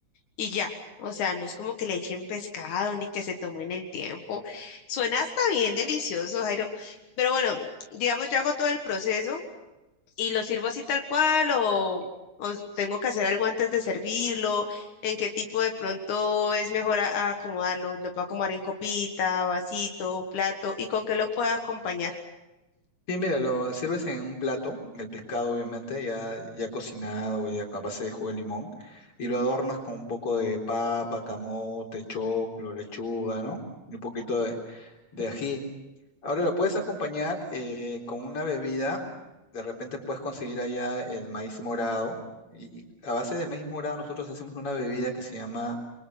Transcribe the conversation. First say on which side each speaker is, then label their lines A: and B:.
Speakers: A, on the left; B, on the left.
A: y ya. O sea, no es como que le echen pescado ni que se tomen el tiempo. Suena hasta bien delicioso, Jairo. Pero bueno, digamos, yo hago todo el proceso y lo sirvo así tal cual o, o tengo que hacer algo antes de servirlo, en qué tipo de pronto es mejor a- a acomodarlo. Lo puedo acomodar en copita, vasito, plato y con qué lo puedo acompañar.
B: Sí, mira, lo sirves en un plato, el pescado obviamente, ya, ya cocinado, ya a base de jugo de limón, y lo adornas con un poco de papa, camote, choclo, lechuga, ¿no? Y un poquito de, de ají. Ahora lo puedes acompañar eh, con una bebida, de repente puedes conseguir allá el maíz morado, y y a base de maíz morado nosotros hacemos una bebida que se llama